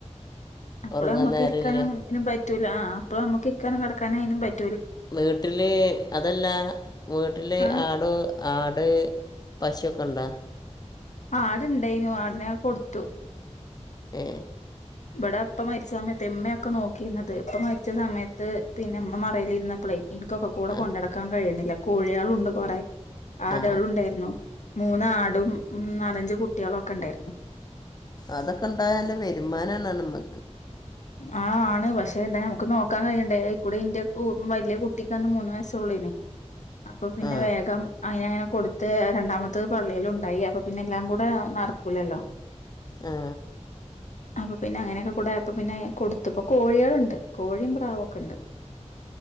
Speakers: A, on the left; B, on the left.
A: അപ്പോള്
B: ഉറങ്ങാൻ
A: നമ്മുക്ക്
B: നേരമില്ല
A: ഇരിക്കാനും ഇനും പറ്റൂല അപ്പോൾ നമ്മക്ക് ഇരിക്കാനും കെടക്കാനും അയിനും പറ്റു
B: വീട്ടില് അതല്ല വീട്ടില്
A: ആഹ്
B: ആട് ആട് പശുവൊക്കണ്ടാ
A: ആടുണ്ടായിനു ആടിനെ ഒക്കെ കൊടുത്തു
B: ഏ
A: ഇവടെ ഇപ്പ മരിച്ച സമയത്തേ ഇമ്മയൊക്കെ നോക്കിയിരുന്നത് ഇപ്പ മരിച്ച സമയത്ത് പിന്നുമ്മ മറയിലിരുന്നപ്പഴേ എനിക്കൊക്കെ കൂടെ
B: ആ
A: കൊണ്ട് നടക്കാൻ കഴിയണില്ല കോഴികളുണ്ട് കൊറെ ആടുകളുണ്ടായിരുന്നു
B: ആ
A: മൂന്നാടും നാലഞ്ച് കുട്ട്യോളോക്കെ ഇണ്ടായിരുന്നു
B: അതൊക്കെ ഇണ്ടായ നല്ല വരുമാനാണ് നമ്മക്
A: ആ ആണ് പക്ഷേ ഇതെ നമ്മുക്ക് നോക്കാൻ കഴിയണ്ടേ അയ് കൂടെ ഇന്റെ കു വലിയ കുട്ടിക്കന്ന് മൂന്ന് വയസ്സേ ഇള്ളുവേ <unintelligible> അപ്പൊ പിന്നെ
B: ആ
A: വേഗം അയ്നങ്ങനെ കൊടുത്ത് രണ്ടാമത്തത് പള്ളേലുണ്ടായി അപ്പൊ പിന്നെ എല്ലാം കൂടെ നടക്കൂലല്ലോ
B: ആ
A: അപ്പൊ പിന്നെ അങ്ങനൊക്കെ കൂടെ പിന്നെ കൊടുത്ത്പ്പോ കോഴികളുണ്ട് കോഴിം പ്രാവൊക്കെ ഇണ്ട്